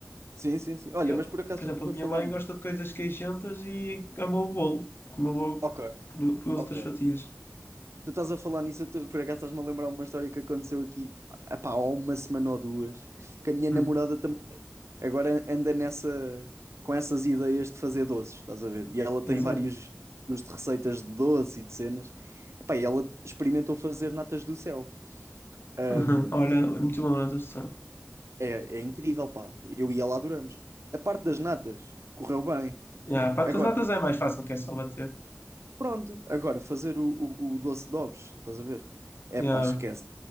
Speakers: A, on the right; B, on the left.
A: Sim, sim, sim. Olha,
B: Eu,
A: mas por acaso
B: por exemplo,
A: tu estás
B: a
A: a
B: minha
A: falar
B: mãe
A: nisso.
B: gosta de coisas queixentas e amou o bolo. Comeu logo
A: Ok,
B: du- duas
A: ok.
B: outras fatias.
A: Tu estás a falar nisso, tu, por acaso estás-me a lembrar uma história que aconteceu aqui, epá, há uma semana ou duas, que a minha
B: Hum,
A: namorada também agora anda nessa, com essas ideias de fazer doces, estás a ver? E ela tem
B: exato.
A: vários
B: <laughs>
A: tipos de receitas de doce e de cenas. Epá, e ela experimentou fazer natas do céu. Ahm,
B: Uhum. Olha,
A: e
B: é muito bom na tradução.
A: é, é incrível, pá. Eu e ela adoramos. A parte das natas correu bem.
B: Yeah, para
A: Agora,
B: as notas é mais fácil que é só bater.
A: Pronto, agora fazer o, o, o doce de ovos, estás a ver? É
B: Yeah,
A: pá, esquece.